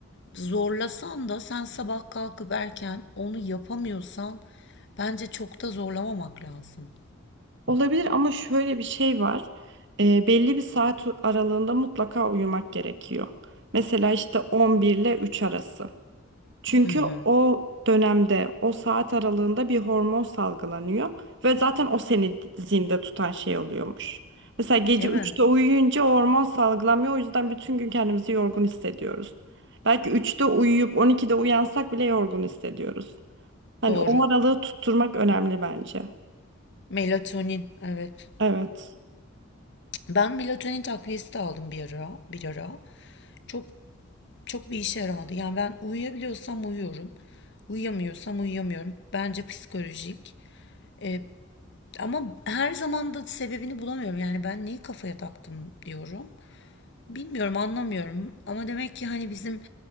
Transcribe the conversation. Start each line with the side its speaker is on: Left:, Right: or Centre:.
Left: zorlasan da sen sabah kalkıp erken onu yapamıyorsan bence çok da zorlamamak lazım.
Right: Olabilir ama şöyle bir şey var. Eee, belli bir saat aralığında mutlaka uyumak gerekiyor. Mesela işte 11 ile 3 arası. Çünkü
Left: Hı hı.
Right: o dönemde, o saat aralığında bir hormon salgılanıyor ve zaten o seni zinde tutan şey oluyormuş. Mesela gece
Left: Değil
Right: üçte
Left: mi?
Right: uyuyunca o hormon salgılanmıyor. O yüzden bütün gün kendimizi yorgun hissediyoruz. Belki üçte uyuyup 12'de uyansak bile yorgun hissediyoruz. Hani
Left: Doğru.
Right: o aralığı tutturmak önemli bence.
Left: Melatonin, evet.
Right: Evet.
Left: Ben melatonin takviyesi de aldım bir ara, bir ara. Çok çok bir işe yaramadı. Yani ben uyuyabiliyorsam uyuyorum. Uyuyamıyorsam uyuyamıyorum. Bence psikolojik. E, ama her zaman da sebebini bulamıyorum. Yani ben neyi kafaya taktım diyorum. Bilmiyorum, anlamıyorum. Ama demek ki hani bizim